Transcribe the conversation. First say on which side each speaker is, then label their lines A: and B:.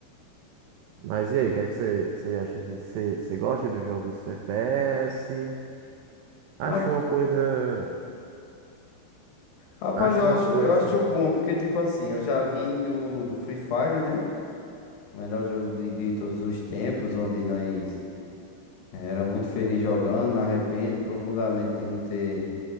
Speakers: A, on the right; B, on the left.
A: Mas e aí, o que é que você, você acha disso? Você, você gosta dos jogos FPS? Acho
B: Ra-
A: uma coisa.
B: Rapaz,
A: Acho
B: eu
A: uma
B: acho,
A: coisa.
B: eu acho bom, porque tipo assim, eu já vim do, do Free Fire, né? O melhor jogo de, de todos os tempos, onde nós eh, era muito feliz jogando, me arrependo profundamente de não ter,